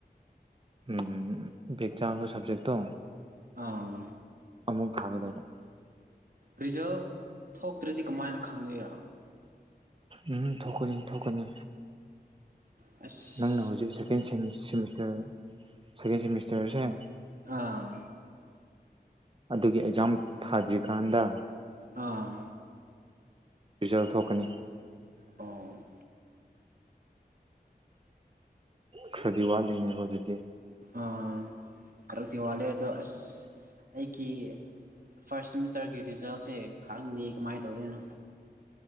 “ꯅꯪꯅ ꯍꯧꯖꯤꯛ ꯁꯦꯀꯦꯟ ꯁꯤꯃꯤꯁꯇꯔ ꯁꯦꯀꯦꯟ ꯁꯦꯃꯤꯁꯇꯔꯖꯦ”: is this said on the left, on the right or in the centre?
Right